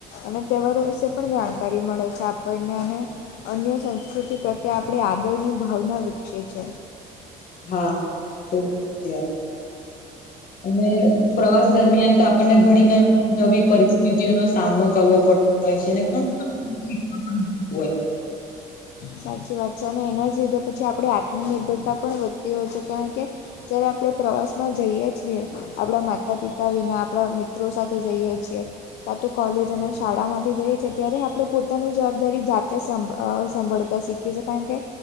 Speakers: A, on the left; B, on the left.
A: અને તહેવારો વિશે પણ જાણકારી મળે છે આપણને અને અન્ય સંસ્કૃતિ પ્રત્યે આપણી આદરની ભાવના વિકસેે છે
B: હા એ <unintelligible> વાત છે અને પ્રવાસ દરમિયાન તો આપણને ઘણી ન નવી પરિસ્થિતિઓનો સામનો કરવો પડ પૈસાને પણ <unintelligible>
A: સાચી વાત છે અને એના જ લીધે પછી આત્મનિર્ભરતા પણ વધતી હોય છે કારણ કે, જ્યારે આપણે પ્રવાસમાં જઈએ છીએ. આપણા માતા-પિતા વિના આપણા મિત્રો સાથે જઈએ છીએ. કાં તો કોલેજ અને શાળામાંથી જઈએ છીએ ત્યારે આપણે પોતાની જવાબદારી જાતે સંભ અ સંભળ બધા <unintelligible> શીખીએ છીએ કારણ કે